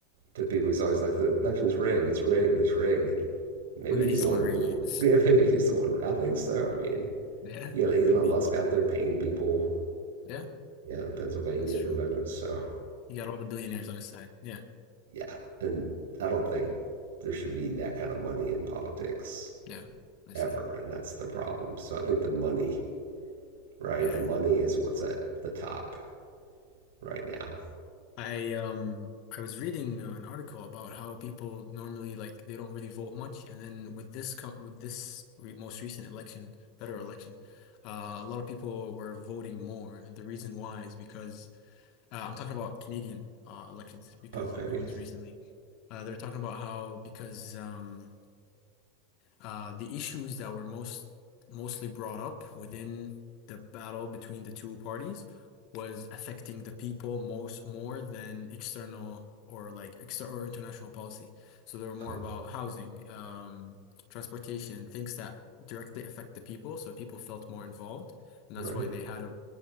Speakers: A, on the right; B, on the left.
A: to people. He's always like, the election's rigged. It's rigged. It's rigged. Maybe
B: And then
A: he's
B: he's
A: the
B: the
A: one
B: one
A: doing
B: rigging
A: the.
B: it.
A: <laughs> Yeah,
B: <laughs>
A: maybe he's the one. I think so. I mean,
B: Yeah,
A: you got Elon
B: could be.
A: Musk out there paying people,
B: Yeah,
A: yeah, in Pennsylvania
B: that's true.
A: to vote. So
B: He got all the billionaires on his side. Yeah,
A: yeah, and I don't think there should be that kind of money in politics
B: yeah, I see.
A: ever, and that's the problem. So I think the money, right?
B: Yeah.
A: The money is what's at the top right now.
B: I um I was reading uh, an article about how people normally like they don't really vote much, and then with this co with this re most recent election, federal election, uh, a lot of people were voting more, and the reason why is because uh, I'm talking about Canadian uh, elections because
A: Okay.
B: uh, the ones
A: Yes.
B: recently, uh, they're talking about how because um uh, the issues that were most mostly brought up within the battle between the two parties was affecting the people most more than external or like exter or international policy. So they were more
A: Oh,
B: about housing, um, transportation, things that directly affect the people. So people felt more involved, and that's
A: Right.
B: why they had a